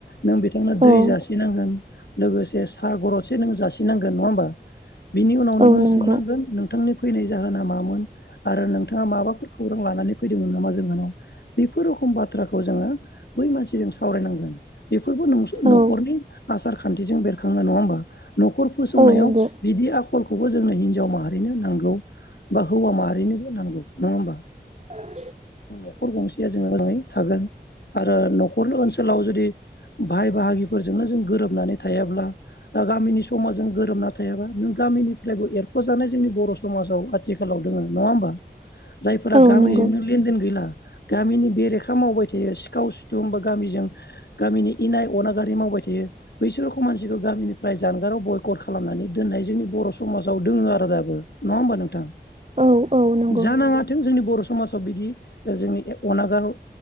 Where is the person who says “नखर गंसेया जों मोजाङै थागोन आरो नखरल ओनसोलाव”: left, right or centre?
Left